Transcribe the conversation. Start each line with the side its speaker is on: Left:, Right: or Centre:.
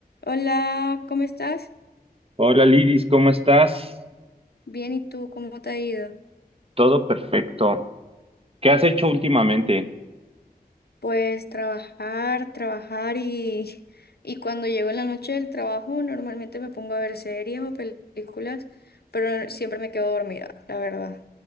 Left: Hola, ¿cómo estás?
Right: Hola Liris, ¿cómo estás?
Left: Bien, ¿y tú cómo te ha ido?
Right: Todo perfecto. ¿Qué has hecho últimamente? <laughs>
Left: Pues trabajar, trabajar y, <laughs> y cuando llego en la noche del trabajo normalmente me pongo a ver series o películas, pero siempre me quedo dormida, la verdad.